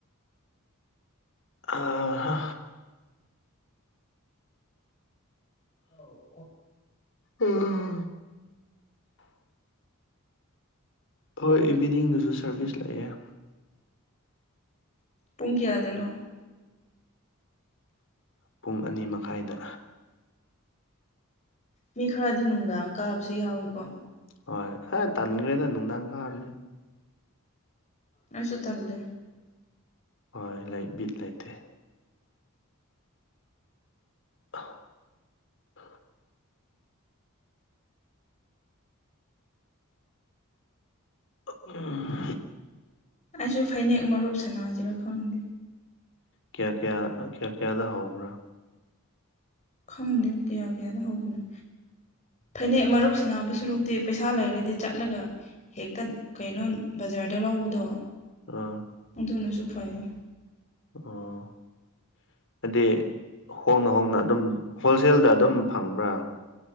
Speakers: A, on the left (about 60°); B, on the left (about 35°).
A: ꯑꯥ ꯍꯥ
B: ꯑꯧ
A: ꯎꯝ ꯍꯣꯏ ꯏꯚꯤꯅꯤꯡꯗꯁꯨ ꯁꯥꯔꯚꯤꯁ ꯂꯩꯑꯦ
B: ꯄꯨꯡ ꯀꯌꯥꯗꯅꯣ
A: ꯄꯨꯡ ꯑꯅꯤ ꯃꯈꯥꯏꯗ
B: ꯃꯤ ꯈꯔꯗꯤ ꯅꯨꯡꯗꯥꯡ ꯀꯥꯕꯁꯨ ꯌꯥꯎꯏꯀꯣ
A: ꯍꯣꯏ ꯑꯦ ꯇꯥꯟꯒ꯭ꯔꯦꯗ ꯅꯨꯡꯗꯥꯡ ꯀꯕꯗꯤ
B: ꯑꯩꯁꯨ ꯇꯜꯂꯦ
A: ꯍꯣꯏ ꯂꯩ ꯕꯤꯠ ꯂꯩꯇꯦ <inaudible> ꯎꯝ <unintelligible>
B: ꯑꯩꯁꯨ ꯐꯅꯦꯛ ꯃꯔꯨꯞ ꯁꯥꯟꯅꯁꯤꯔꯥ ꯈꯪꯗꯦ
A: ꯀꯌꯥ ꯀꯌꯥ ꯀꯌꯥ ꯀꯌꯥꯗ ꯍꯧꯕ꯭ꯔꯥ
B: ꯈꯪꯗꯦ ꯀꯌꯥ ꯀꯌꯥꯗ ꯍꯧꯕꯅꯣ ꯐꯅꯦꯛ ꯃꯔꯨꯞ ꯁꯅꯥꯕ ꯁꯨꯔꯣꯛꯇꯤ ꯄꯩꯁꯥ ꯂꯩꯔꯗꯤ ꯆꯠꯂꯒ ꯍꯦꯛꯇ ꯀꯩꯅꯣ ꯕꯖꯥꯔꯗ ꯂꯧꯕꯗꯣ
A: ꯑꯝ
B: ꯑꯗꯨꯅꯁꯨ ꯐꯩꯌꯦ
A: ꯑꯣ ꯍꯥꯏꯗꯤ ꯍꯣꯡꯅ ꯍꯣꯡꯅ ꯑꯗꯨꯝ ꯍꯣꯜꯁꯦꯜꯗ ꯑꯗꯨꯝ ꯐꯪꯕ꯭ꯔꯥ